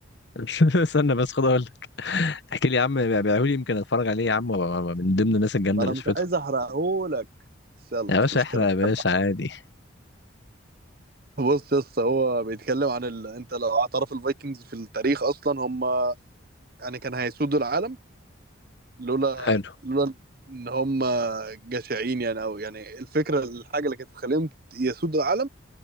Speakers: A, on the left; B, on the right.
A: <laughs> استنى بس خد اقول لك. احكي لي يا عم بيعملوا لي يمكن اتفرج عليه يا عم وأبقى من ضمن الناس الجامده
B: ما انا
A: اللي
B: مش
A: شفتهم
B: عايز احرقهولك بس يلا
A: يا
B: مش
A: باشا
B: مشكله
A: احرق يا باشا
B: بحب أحرق.
A: عادي
B: بص يا اسطى هو بيتكلم عن ال... انت لو اعترف الفايكنجز في التاريخ اصلا هم يعني كان هيسودوا العالم لولا
A: حلو
B: لولا ان هم جشعين يعني او يعني الفكره الحاجه اللي كانت تخليهم يسودوا العالم